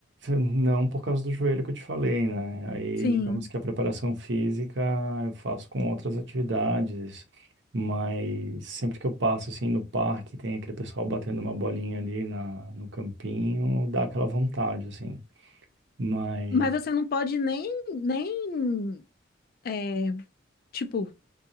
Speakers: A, on the right (about 65°); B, on the left (about 50°).
A: não por causa do joelho que eu te falei, né? Aí,
B: Sim.
A: digamos que a preparação física eu faço com outras atividades, mas sempre que eu passo assim no parque, tem aquele pessoal batendo uma bolinha ali na, no campinho, dá aquela vontade, assim. Mas
B: Mas você não pode nem, nem, é, tipo,